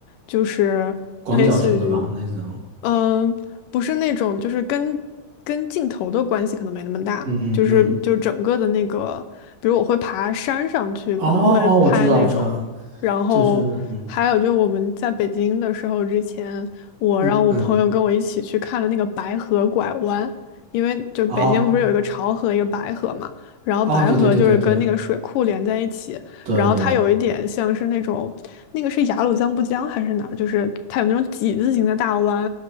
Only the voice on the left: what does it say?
就是类似于，
嗯、不是那种就是跟跟镜头的关系可能没那么大，
就是就是整个的那个，比如我会爬山上去，
可能会拍那种，
然后还有就是我们在北京的时候之前，
我让我朋友跟我一起去看了那个白河拐弯。
因为就北京不是有一个潮河，
一个白河嘛，然后白河就是跟那个水库连在一起，
然后它有一点像是那种，那个是雅鲁藏布江还是哪儿，就是它有那种几字形的大湾，